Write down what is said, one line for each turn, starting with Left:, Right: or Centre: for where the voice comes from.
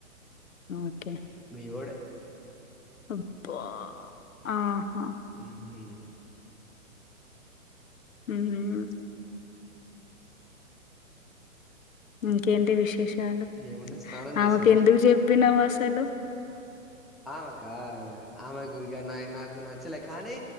Left: ఓకే
Centre: మీవోడే
Left: అబ్బా ఆహా
Centre: ఉమ్ ఉహూ ఉమ్
Left: ఉహుం ఇంకేంటి విశేషాలు
Centre: ఏమున్నా స్నానం
Left: ఆమెకు
Centre: చేసారా
Left: ఎందుకు చెప్పినావ్ అ సలు
Centre: ఆమెకా ఆమెకు ఇక నా నాకు నచ్చలే కానీ